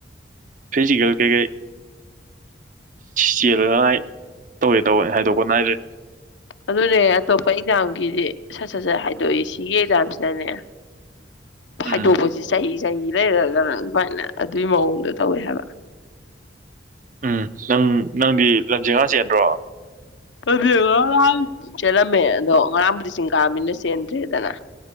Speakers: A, on the right; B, on the left.
A: ꯐꯤꯖꯤꯀꯦꯜ ꯀꯩꯀꯩ ꯆꯦꯜꯂꯅꯉꯥꯏ ꯇꯧꯋꯦ ꯇꯧꯕꯅꯤ ꯍꯥꯏꯗꯣꯛꯄ ꯅꯥꯏꯗ꯭ꯔꯦ
B: ꯑꯗꯨꯅꯦ ꯑꯇꯣꯞꯄ ꯑꯦꯛꯖꯥꯝꯒꯤꯗꯤ ꯁꯠ ꯁꯠ ꯁꯠ ꯍꯥꯏꯗꯣꯛꯏ ꯁꯤꯒꯤ ꯑꯦꯛꯖꯥꯝꯁꯤꯗꯅꯦ ꯍꯥꯏꯗꯣꯛꯄꯁꯤ
A: ꯎꯝ
B: ꯆꯍꯤ ꯆꯍꯤ ꯂꯩꯔꯒꯅ ꯑꯗꯨꯃꯥꯏꯅ ꯑꯗꯨꯒꯤ ꯃꯑꯣꯡꯗꯣ ꯇꯧꯋꯦ ꯍꯥꯏꯕ
A: ꯎꯝ ꯅꯪ ꯅꯪꯗꯤ ꯂꯝꯖꯦ ꯉꯥ ꯆꯦꯟꯗ꯭ꯔꯣ
B: ꯂꯝꯖꯦꯜ ꯉꯔꯥꯡꯡ ꯆꯦꯜꯂꯝꯃꯦ ꯑꯗꯣ ꯉꯔꯥꯡꯕꯨꯗꯤ ꯆꯤꯡ ꯀꯥꯕꯅꯤꯅ ꯆꯦꯟꯗ꯭ꯔꯦꯗꯅ